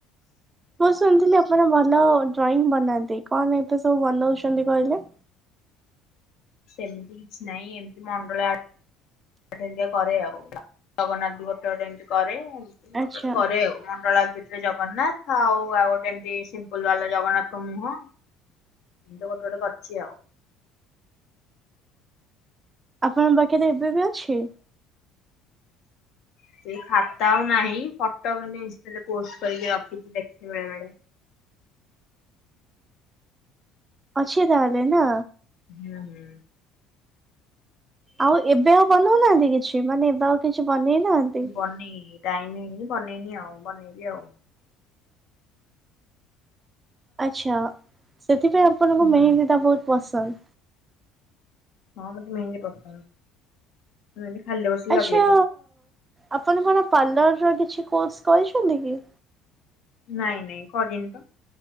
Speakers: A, on the right; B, on the left.
A: ମୁଁ ଶୁଣିଥିଲି ଆପଣ ଭଲ ଡ୍ରଇଂ ବନାନ୍ତି କଣ ଏତେ ସବୁ ବନଉଛନ୍ତି କହିଲେ?
B: ସେମିତି କିଛି ନାହିଁ ଏମିତି ମଣ୍ଡଳ ଆ ପାଟି ହରିକା କରେ ଆଉ ଜଗନ୍ନାଥ ବି ଗୋଟେ ଗୋଟେ ଏମିତି କରେ। ମୁଁ ଗୋଟେ
A: ଆଚ୍ଛା
B: ଗୋଟେ କରେ ଆଉ ମଣ୍ଡଳା ପିଠା ରେ ଯାଉ। ଜଗନ୍ନାଥ ଆଉ ଆଉ ଗୋଟେ ଏମତି ସିମ୍ପୁଲ୍ ବାଲା ଜଗନ୍ନାଥ ମୁହଁ। ମୁଁ ତ ଗୋଟେ ଗୋଟେ କରିଚି ଆଉ।
A: ଆପଣଙ୍କ ପାଖିରେ ଏବେ ବି ଅଛି।
B: ସେଇ ଖାତା ଆଉ ନାହିଁ ଫଟୋ ମାନେ ଇନ୍‌ଷ୍ଟା ରେ ପୋଷ୍ଟ କରିକି ରଖିଛି ଦେଖିଲା ବେଳେ।
A: ଅଛ ତାହେଲେ ନା?
B: ହୁଁ ହୁଁ।
A: ଆଉ ଏବେ ଆଉ ବନଉନାହାନ୍ତି କିଛି ମାନେ ଏବେ ଆଉ କିଛି ବନେଇ ନାହାନ୍ତି।
B: <unintelligible> ଟାଇମ୍ ହେଇନି ବନେଇନି ଆଉ ବନେଇବି ଆଉ।
A: ଆଛା ସେଥିପାଇଁ ଆପଣଙ୍କୁ
B: ହୁଁ
A: ମେହେନ୍ଦୀ ଟା ବହୁତ ପସନ୍ଦ।
B: ହଁ ମତେ ମେହେନ୍ଦି ପସନ୍ଦ ମୁଁ ଏମିତି ଖାଲିରେ ବସିଲେ
A: ଆଚ୍ଛା
B: ଲଗେଇଦିଏ।
A: ଆପଣ କଣ ପାର୍ଲର ର କିଛି କୋର୍ସ କରିଛନ୍ତି କି?
B: ନାଇଁ ନାଇଁ କରିନି ତ।